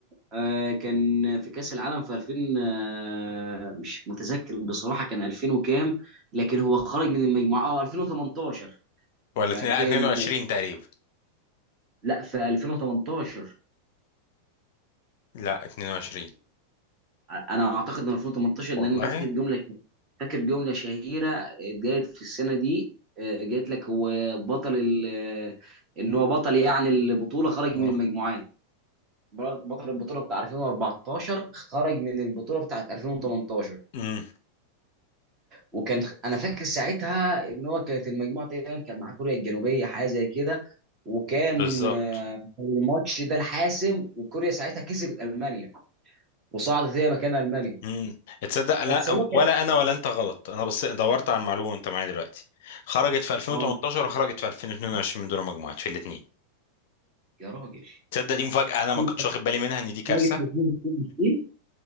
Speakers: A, on the right (about 30°); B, on the left (about 50°).
A: آه كان في كاس العالم في 2000 آه مش متذكر بصراحه كان 2000 وكام لكن هو خرج من المجموعه اه 2018
B: ولا
A: في
B: اتنين-
A: 2000
B: لا، 22 تقريبا
A: لا في 2018
B: لا 22
A: انا اعتقد ان 2018 لان
B: والله
A: انا فاكر جمله فاكر جمله شهيره اتقالت في السنه دي آه، قالت لك هو بطل ال- آه، ان هو بطل يعني البطوله خرج
B: اه
A: من المجموعات بطل البطوله بتاع 2014 خرج من البطوله بتاعت 2018
B: امم
A: وكان انا فاكر ساعتها ان هو كانت المجموعه تقريبا كان مع كوريا الجنوبيه حاجه زي كده وكان
B: بالظبط
A: آه، كان الماتش ده الحاسم وكوريا ساعتها كسبت المانيا وصعدت هي مكان المانيا
B: امم تصدق لا
A: بس هو كان
B: ولا انا ولا انت غلط انا بس دورت على المعلومه وانت معايا دلوقتي خرجت في 2018
A: اه
B: وخرجت في 2022 من دور المجموعات في الاثنين
A: يا راجل
B: تصدق دي مفاجاه انا
A: خرجت
B: ما كنتش واخد بالي منها ان دي كارثه
A: خرجت في 2022